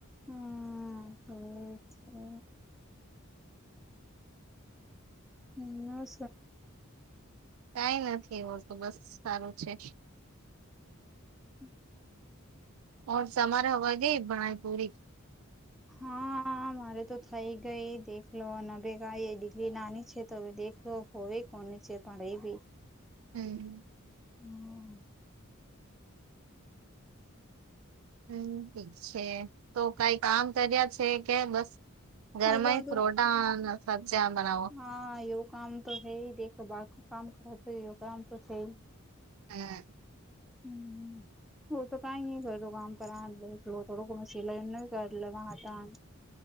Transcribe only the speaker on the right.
કંઈ નથી એવું તો બસ સારું છે.
ઓ સમરે વધી આજ પણ પુરી
હમ્મ.
હમ્મ છે તો કંઈ કામ કર્યા છે કે બસ ઘરમાંએ
ફ્રોટા અને સબ્જિયા બનાવો.
હા.